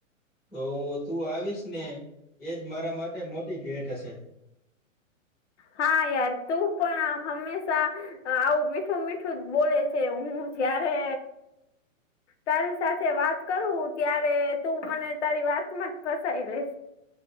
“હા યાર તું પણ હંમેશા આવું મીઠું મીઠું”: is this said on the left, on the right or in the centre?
Left